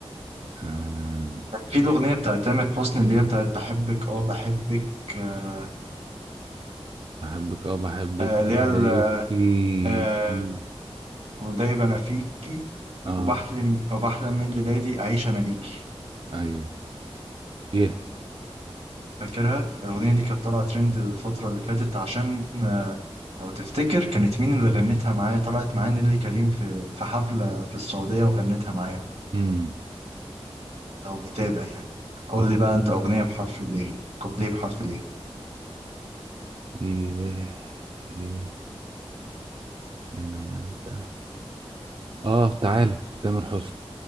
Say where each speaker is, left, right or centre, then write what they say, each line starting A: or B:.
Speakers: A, on the right (about 50°); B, on the right (about 85°).
A: آه،
B: في الأغنية بتاعت تامر حسني اللي هي بتاعت بحبك آه بحبك آه
A: بحبك اه بحبك
B: آه، اللي
A: وليل
B: هي ال-
A: في
B: آه
A: في-
B: ودايب أنا فيكي
A: اه
B: وبحلم وبحلم من ليلادي أعيش أنا ليكي
A: ايوه يه
B: فاكرها الأغنية دي كانت طالعة ترند الفترة اللي فاتت عشان آه لو تفتكر كانت مين اللي غنتها معايا طلعت معايا نيللي كريم في في حفلة في السعودية وغنتها معايا
A: امم
B: لو متابع يعني قول
A: اوكي
B: لي بقى انت اغنيه بحرف الايه كوبليه بحرف الايه
A: يه يه يا انا يا انت اه تعالى تامر حسني